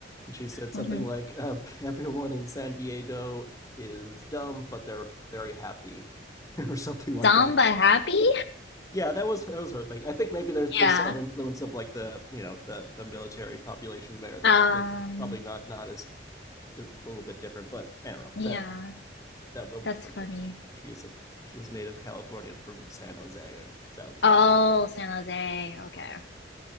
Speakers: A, on the left; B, on the left.
A: and she said
B: hmm
A: something
B: mm-hmm.
A: like, uh, <laughs> "Everyone in San Diego is dumb, but they're very happy," <laughs> or something like
B: Samba
A: that.
B: happy?
A: Yeah, that was that was her thing. I think maybe there's there's
B: Yeah.
A: some influence of like the you know the the military population there that
B: Um.
A: makes it probably not not as a little bit different. But I don't know
B: Yeah.
A: that that, was
B: That's
A: her
B: funny.
A: take. She is a she is native Californian from San Jose, and so
B: Oh, San Jose. Okay.